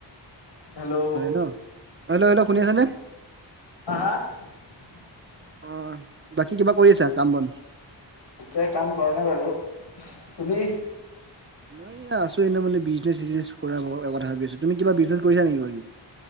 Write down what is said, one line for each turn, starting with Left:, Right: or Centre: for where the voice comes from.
Left: হেল্ল'
Right: দুপৰীয়া খোৱা নাই ন। হেল্ল' হেল্ল' শুনি আছানে?
Left: <unintelligible>
Right: অ বাকী কিবা কৰি আছা কাম-বন?
Left: এতিয়া কাম কৰা নাই বাৰু। তুমি?
Right: এইয়া আছো এনে মানে বিজনেছ-চিজনেছ কৰাৰ কথা ভাবি আছো। তুমি কিবা বিজনেছ কৰিছা নেকি?